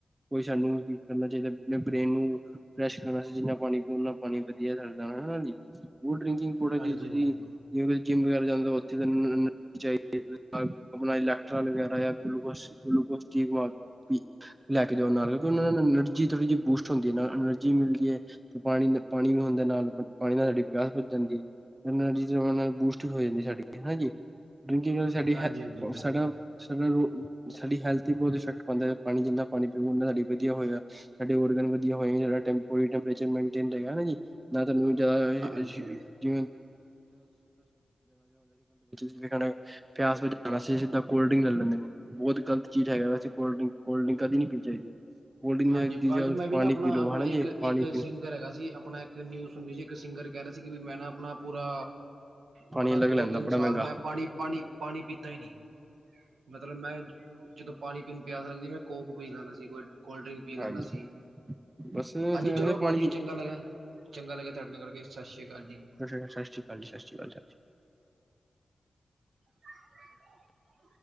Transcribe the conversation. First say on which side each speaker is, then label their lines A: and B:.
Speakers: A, on the right; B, on the right.
A: ਕੋਈ ਸਾਨੂੰ ਕੀ ਕਰਨਾ ਚਾਹੀਦਾ ਆਪ ਬ੍ਰੇਨ ਨੂੰ ਫਰੈਸ਼ ਕਰਨਾ ਚਾਹੀ ਜਿੰਨਾ ਪਾਣੀ ਖੁਲਾ ਪਾਣੀ ਵਧੀਆ ਰੈਂਦਾ ਹਨਾ ਜੀ ਹੋ ਡਰਿੰਕਿੰਗ ਥੋੜਾ
B: ਹਾਂਜੀ
A: ਜਿਹਾ ਤੁਸੀਂ
B: ਹਾਂਜੀ
A: ਜਿਵੇਂ ਜਿੰਮ ਵਗੈਰਾ ਜਾਂਦੇ ਹੋ ਉਥੇ <unintelligible> ਆਪਣਾ ਇਲੈਕਟ੍ਰਾਲ ਵਗੈਰਾ ਜਾਂ ਗਲੂਕੋਸ ਗਲੂਕੋਸ ਠੀਕ ਮ ਲੈ ਕੇ ਜਾਓ ਨਾਲ ਕਿਉਂਕਿ ਉਹਨਾਂ ਨੂੰ ਐਨਰਜੀ ਥੋੜ੍ਹੀ ਜਿਹੀ ਬੂਸਟ ਹੁੰਦੀ ਹੈ ਨਾਲੇ ਐਨਰਜੀ ਮਿਲਦੀ ਏ। ਤੇ ਪਾਣੀ-ਪਾਣੀ ਵੀ ਹੁੰਦਾ ਨਾਲ ਪਾਣੀ ਨਾਲ ਸਾਡੀ ਪਿਆਸ ਬੁਝ ਜਾਂਦੀ ਏ। ਐਨਾ <unintelligible> ਬੂਸਟ ਵੀ ਹੋ ਜਾਂਦੀ ਸਾਡੀ ਹਨਾ ਜੀ। ਡਰਿੰਕਿੰਗ ਨਾਲ ਸਾਡੀ
B: ਹਾਂਜੀ
A: ਹੈਲ
B: ਹਾਂਜੀ ਬਿਲਕੁਲ
A: ਸਾਡਾ-ਸਾਡਾ ਸਾਡੀ ਹੈਲਥ ਤੇ ਬੋਤ ਇਫੈਕਟ ਪਾਂਦਾ। ਪਾਣੀ ਜਿੰਨਾ ਪਾਣੀ ਪੀਊ ਗੇ ਉਨਾ ਸਾਡੀ ਵਧੀਆ ਹੋਏਗਾ ਸਾਡੇ ਔਰਗਨ ਵ ਜੇ ਹੋਏ ਟੈਂਪਰੇਚਰ ਮੈਂਟੇਨ ਰਏਗਾ ਨਾ ਜੀ ਤਾਂ ਤੁਹਾਨੂੰ ਜਾਦਾ
B: ਹਾਂਜੀ
A: ਜਿਵੇਂ <inaudible> ਜਿਦਾ ਪਿਆਸ ਬਜਾਣ ਸੀ ਸਿੱਧਾ ਕੋਲਡ ਡਰਿੰਕ ਲੈ ਲੈਂਦੇ ਨੇ। ਬੋਤ ਗਲਤ ਚੀਜ਼ ਹੈਗਾ ਵੈਸੇ ਕੋਲਡ ਡਰਿੰਕ- ਕੋਲਡ ਡਰਿੰਕ ਕਦੀ ਨਈ ਪੀਣੀ ਚਾਹੀਦੀ। ਕੋਲਡ ਡਰਿੰਕ
B: ਹਾਂਜੀ
A: ਦੀ
B: ਭਾਜੀ
A: ਜਗ੍ਹਾ ਤੁਸੀਂ
B: ਮੈਂ ਵੀ
A: ਪਾਣੀ
B: ਨਾ ਆਪਣਾ-ਆਪਣਾ
A: ਪੀ ਲਓ ਹਨਾ
B: ਇੱਕ-ਇੱਕ
A: ਜੀ ਪਾਣੀ
B: ਸਿੰਗਰ ਹੈਗਾ ਸੀ ਆਪਣਾ ਇੱਕ ਇੱਕ ਨਿਊਜ਼ ਸੁਨੀ ਸੀ ਇੱਕ ਸਿੰਗਰ ਕਹਿ ਰਿਆ ਸੀ ਕਿ ਵੀ ਮੈਂ ਨਾ ਆਪਣਾ ਪੂਰਾ
A: ਪਾਣੀ
B: ਆਪਣਾ
A: ਅਲੱਗ
B: ਦੋ
A: ਲੈਂਦਾ
B: ਤਿੰਨ
A: ਬੜਾ
B: ਸਾਲ
A: ਮਹਿੰਗਾ।
B: ਮੈਂ ਪਾਣੀ-ਪਾਣੀ-ਪਾਣੀ ਪੀਤਾ ਹੀ ਨਈ ਮਤਲਬ ਮੈਂ ਜਦੋਂ ਪਾਣੀ ਪੀਣ ਪਿਆਸ ਸਕਦੀ ਮੈਂ ਕੋਕ ਪੀ ਲੈਂਦਾ ਸੀ ਕੋਈ ਕੋਲਡ ਡਰਿੰਕ ਪੀ ਲੈਂਦਾ
A: ਹਾਂਜੀ
B: ਸੀ।
A: ਬਸ
B: ਹਾਂਜੀ ਚਲੋ
A: ਪਾਣੀ
B: ਭਾਜੀ ਚੰਗਾ ਲੱਗਾ ਚੰਗਾ ਲੱਗਿਆ ਤੁਹਾਡੇ ਨਾਲ ਕਰਕੇ ਸਤਿ ਸ੍ਰੀ ਅਕਾਲ ਜੀ।
A: ਸ ਸਤਿ ਸ਼੍ਰੀ ਅਕਾਲੀ ਸਤਿ੍ਰੀ ਅਕਾਲ
B: <inaudible>